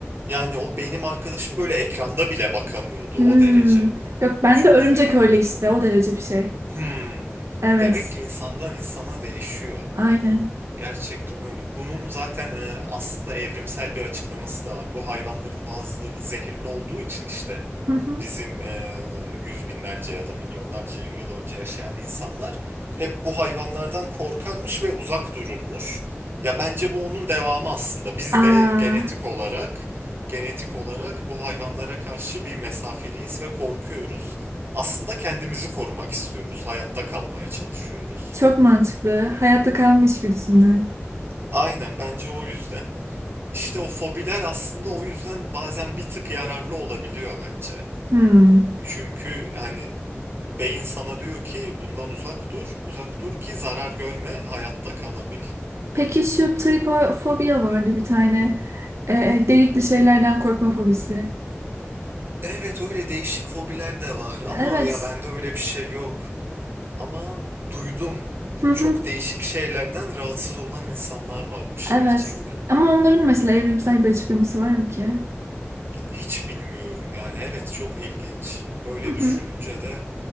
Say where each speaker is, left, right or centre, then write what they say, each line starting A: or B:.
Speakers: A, on the right; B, on the right.
A: Yani o benim arkadaşım böyle ekranda bile bakamıyordu
B: Hmm.
A: o derece.
B: Yok ben
A: Çok
B: de örümcek
A: fenaydı.
B: öyle işte o derece bir şey.
A: Hmm.
B: Evet.
A: Demek ki insandan insana değişiyor.
B: Aynen.
A: Gerçekten öyle. Bunun zaten e, aslında evrimsel bir açıklaması da var. Bu hayvanların bazıları zehirli olduğu için işte
B: Hı hı.
A: bizim e, yüz binlerce ya da milyonlarca yıl önce yaşayan insanlar hep bu hayvanlardan korkarmış ve uzak dururmuş. Ya bence bu onun devamı aslında. Biz
B: Aa,
A: de genetik olarak genetik olarak bu hayvanlara karşı bir mesafeliyiz ve korkuyoruz. Aslında kendimizi korumak istiyoruz, hayatta kalmaya çalışıyoruz.
B: çok mantıklı. Hayatta kalma içgüdüsünden.
A: Aynen bence o yüzden. İşte o fobiler aslında o yüzden bazen bir tık yararlı olabiliyor bence.
B: Hmm.
A: Çünkü hani Beyin sana diyor ki bundan uzak dur, uzak dur ki zarar görme, hayatta kalabil.
B: Peki şu tripofobiya vardı bir tane. Ee, delikli şeylerden korkma fobisi.
A: Evet öyle değişik fobiler de var
B: Evet.
A: ama ya bende öyle bir şey yok. Ama duydum
B: Hı hı.
A: çok değişik şeylerden rahatsız olan insanlar varmış
B: Evet.
A: gerçekten.
B: Ama onların mesela evrimsel bir açıklaması var mı ki?
A: Hiç bilmiyorum yani evet çok ilginç. Böyle
B: Hı hı.
A: düşününce de